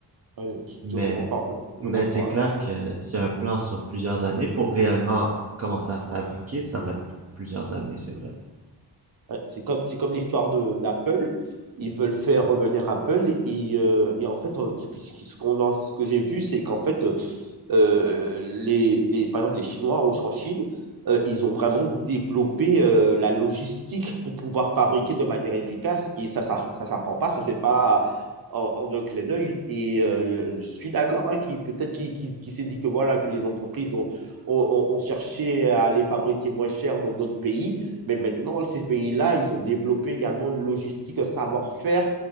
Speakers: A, on the right (about 55°); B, on the right (about 35°).
A: Ouais, je
B: Mais,
A: je comprends pas. Je
B: mais
A: comprends.
B: c'est clair
A: hein.
B: que c'est un plan sur plusieurs années. Pour réellement commencer à fabriquer, ça va être pour plusieurs années, c'est vrai.
A: Ouais, c'est comme, c'est comme l'histoire de d'Apple. Ils veulent faire revenir Apple et, euh, et en fait, euh, ce qui- ce qui- ce qu'on en- ce que j'ai vu, c'est qu'en fait, euh, euh, les, les, par exemple, les Chinois en, en Chine, euh, ils ont vraiment développé euh, la logistique pour pouvoir fabriquer de manière efficace et ça, ça, ça s'apprend pas, ça c'est pas en, en un clé d'œil. Et euh, je suis d'accord, hein, qui peut-être qui, qui, qui s'est dit que voilà que les entreprises ont, ont, ont- ont cherché à les fabriquer moins cher dans d'autres pays, mais maintenant ces pays-là, ils ont développé également une logistique, un savoir-faire